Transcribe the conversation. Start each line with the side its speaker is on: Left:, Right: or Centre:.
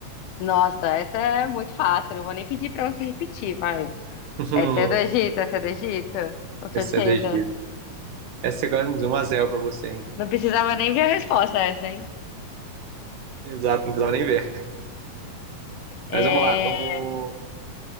Left: nossa, essa é muito fácil, não vou nem pedir pra você repetir, vai.
Right: Uhum.
Left: Essa é do Egito, essa é do Egito, com certeza.
Right: Essa é do Egito. Essa é quase um 1 x pra você, hein?
Left: Não precisava nem ver a resposta essa, hein?
Right: Exato, não precisava nem ver.
Left: É...
Right: Mas vamos lá, vamos.